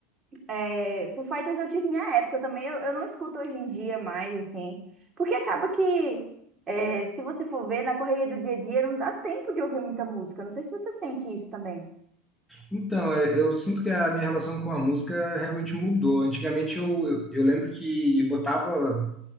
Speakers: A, on the right; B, in the centre.
A: é, Foo Fighters eu tive minha época também, eu, eu não escuto hoje em dia mais, assim, porque acaba que, é, se você for ver, na correria do dia a dia não dá tempo de ouvir muita música, não sei se você sente isso também.
B: Então, é, eu sinto que a minha relação com a música realmente mudou. Antigamente eu, eu, eu lembro que eu botava